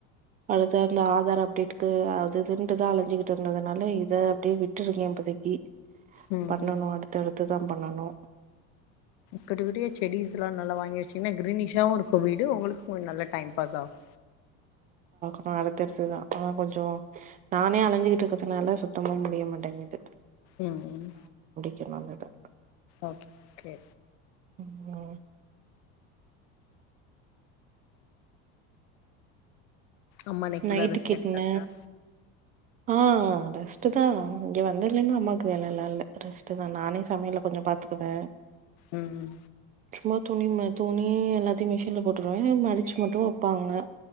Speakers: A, on the right; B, on the left.
A: அடுத்து அந்த ஆதார அப் டேட்க்கு அது இதுன்ட்டுதா அலஞ்சிக்கிட்ருந்ததுனால இத அப்டியே விட்டுருங்க இப்பதிக்கி
B: ம்
A: பண்ணணு அடுத்தடுத் துதா பண்ணணு
B: குட்டி குட்டியா செடீஸ்ல்லா நல்லா வாங்கி வச்சீங்கன்னா கிரீனிஷாவு இருக்கு வீடு உங்களுக்கு கு நல்லா டயம்பாஸ் ஆகு
A: அ அடுத்தடுத்துதா ஆ கொஞ்சொ நானே அழஞ்சிக்கிட்ருக்குறதுனால சுத்தமா முடிய மாட்டேங்குது
B: ம் ம்
A: கே நல்லதா
B: ஓகே ஓகே
A: ம்
B: அம்மானை குள்ளார
A: நைட்டுக்கு
B: ரெஸ்ட் எடுத்தாக்க
A: என்ன ஆ ரெஸ்ட்டுதா இங்க வந்ததுலேந்து அம்மாவுக்கு வேலேலா இல்ல ரெஸ்ட்டுதா நானே சமையல கொஞ்சொ பாத்துக்குவே
B: உம் ம்
A: சும்மா துணி ம துணி எல்லாத்தையு மிஷின்ல போட்ருவே மடிச்சி மட்டு வெப்பாங்க